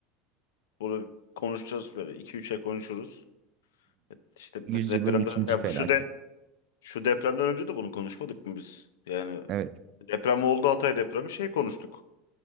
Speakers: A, on the left; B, on the right.
A: Bunu konuşacağız böyle iki üç ay konuşuruz. E, İşte
B: Yüzyılın
A: mesela depremden
B: ikinci
A: ya
B: felaket.
A: bu şu de şu depremden önce de bunu konuşmadık mı biz? Yani
B: Evet.
A: deprem oldu Hatay depremi şey konuştuk.